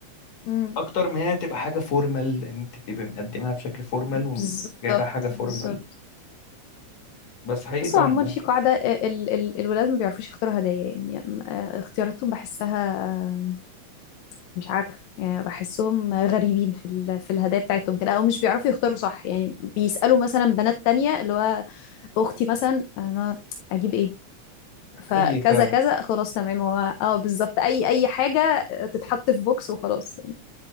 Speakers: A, on the left (about 75°); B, on the left (about 60°).
A: امم
B: اكتر من هي تبقى حاجه فورمال لان انت بتبقى مقدمها بشكل فورمال
A: بالظبط
B: وجايبها حاجه فورمال
A: بالظبط
B: بس حقيقي
A: بص
B: فعلا
A: هو عموما
B: آه،
A: في قاعدة آه، ال ال الولاد ما بيعرفوش يختاروا هدايا يعني آه، اختياراتهم بحسها آه، مش عارفة يعني بحسهم غريبين في ال في الهدايا بتاعتهم كده أو مش بيعرفوا يختاروا صح يعني بيسألوا مثلا بنات تانية اللي هو أختي مثلا أنا أجيب إيه فكذا
B: حقيقي فعلا
A: كذا خلاص تمام هو اه بالظبط أي أي حاجة تتحط في بوكس وخلاص يعني